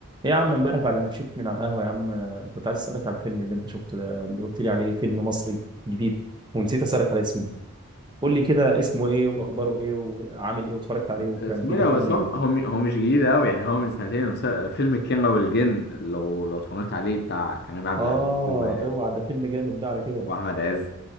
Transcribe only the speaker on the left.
اسمه
ايه ده بس
هو
هو م- هو مش جديد قوي يعني هو من سنتين المس- فيلم الكينج والجن لو لو اتفرجت عليه بتاع كريم عبد
العزيز و-
واحمد عز